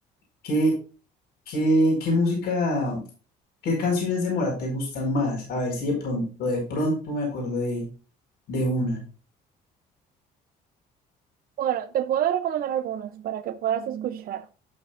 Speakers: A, on the left; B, on the right.
A: que ¿Qué, qué música, qué canciones de Mora te gustan más? A ver si de pronto, de pronto me acuerdo de, de una.
B: Bueno, te puedo recomendar algunas para que puedas escuchar.